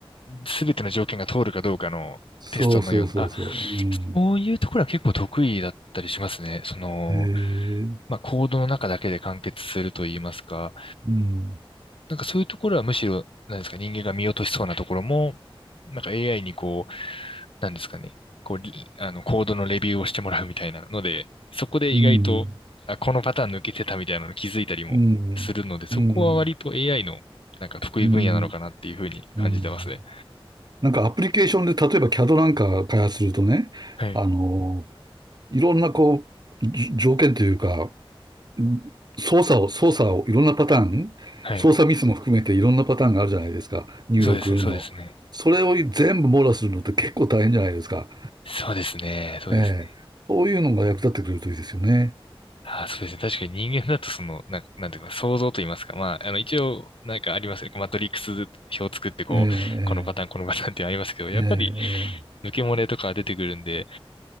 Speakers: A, on the left; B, on the right.
A: すべての条件が通るかどうかのテストのような、
B: そうそうそうそう。
A: あ、
B: うん。
A: そういうところは結構得意だったりしますね。その、
B: へえ、
A: まあ、コードの中だけで完結すると言いますか、
B: うん、
A: なんかそういうところはむしろ、なんですか、人間が見落としそうなところも、なんか AI にこう、なんですかね、こう、リあの、コードのレビューをしてもらうみたいなので、そこで意外と、
B: うん、
A: あ、このパターン抜けてたみたいなの気づいたりもするので、
B: うん、
A: そこは割と
B: うん、
A: AI のなんか得意分野なのかなっていうふうに感じてますね。
B: うん、うん。なんかアプリケーションで、例えば CAD なんか開発するとね、
A: はい。
B: あの、いろんなこう、じ条件というか、ん操作を、操作をいろんなパターン、
A: はい。
B: 操作ミスも含めていろんなパターンがあるじゃないですか、入力の。
A: そうですね、そうですね。
B: それを全部網羅するのって結構大変じゃないですか。
A: そうですね、そうですね。
B: ええ。そういうのが役立ってくれるといいですよね。
A: あーそうですね。確かに人間だとその、なんか、なんていうか、想像と言いますか。まあ、あの、一応、なんかありますよね。マトリックス表を作ってこう、
B: ええ、ええ。
A: このパターン、このパターンってありますけど、やっぱり、
B: ええ、ええ
A: 抜け漏れとか出てくるんで、